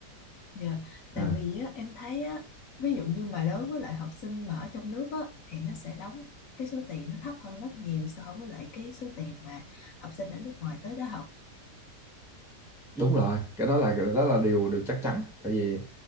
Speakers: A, on the left; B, in the centre.
A: dạ tại
B: à,
A: vì á, em thấy á ví dụ như mà đối với lại học sinh mà ở trong nước á thì nó sẽ đóng cái số tiền nó thấp hơn rất nhiều so với lại cái số tiền mà học sinh ở nước ngoài tới đó học
B: đúng rồi cái đó là cái đó là điều điều chắc chắn tại vì